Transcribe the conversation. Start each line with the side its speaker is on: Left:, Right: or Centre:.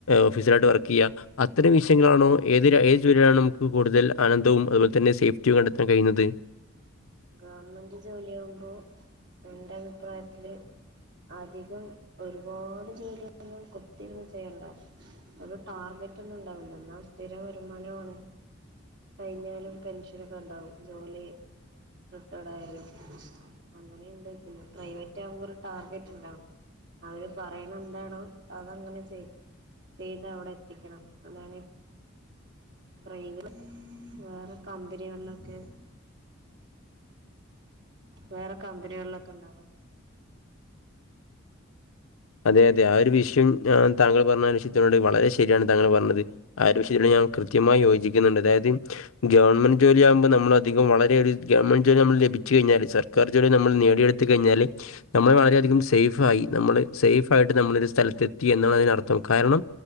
Left: ഓഫീസിറായിട്ട് വർക്ക് ചെയ്യാ അത്തരം വിഷയങ്ങളാണോ? ഏത് ഏത് ജോലിയിലാണ് നമുക്ക് കൂടുതൽ ആനന്ദവും അതുപോലന്നെ സേഫ്റ്റിയും കണ്ടെത്താൻ കഴിയുന്നത്
Right: ഗവണ്മെന്റ് ജോലി ആകുമ്പോൾ എന്റെ അഭിപ്രായത്തില് അധികം ഒരുപാട് ജോലിയൊന്നും കുത്തിരുന്ന് ചെയ്യണ്ട ഒരു ടാർഗറ്റൊന്നും ഉണ്ടാവില്ല എന്നാൽ സ്ഥിര വരുമാനമാണ് കഴിഞ്ഞാലും പെൻഷനൊക്കെണ്ടാവും ജോലി റിട്ടേഡ്ആയാലും അങ്ങനെയുണ്ട് പിന്നെ പ്രൈവറ്റ് ആവുമ്പോ ഒരു ടാർഗറ്റ് ഉണ്ടാകും അവര് പറയണ എന്താണോ അതങ്ങനെ ചെയ ചെയ്ത് അവിടെ എത്തിക്കണം അതാണ് പ്രൈവറ്റ് വേറെ കമ്പനികളിലൊക്കെ വേറെ കമ്പനികളിലൊക്കെ ഉണ്ടാവ
Left: അതെ അതെ ആ ഒരു വിഷയം താങ്കൾ പറഞ്ഞ ആ വിശയത്തോട് വളരെ ശരിയാണ് താങ്കൾ പറഞ്ഞത്. ആര വിശയത്തിനോട് ഞാൾ കൃത്യമായി യോജിക്കുന്നുണ്ട് അതായത്, ഗവൺമെന്റ് ജോലിആകുമ്പോൾ നമ്മൾ അധികം വളരെ അധികം ഒരു ഗവൺെറ് ജോലി നമ്മൾലഭിച്ച് കഴിഞ്ഞാല് സർ സർക്കാർ ജോലിനമ്മൾ നേടിയെടുത്ത കഴിഞ്ഞാൽ നമ്മളെ വളരെയധികം സേയ്ഫായി നമ്മൾ സേഫ് ആയിട്ട് നമ്മളൊരു സ്ഥലത്ത് എത്തി എന്നാണ് അതിനർത്ഥം കാരണം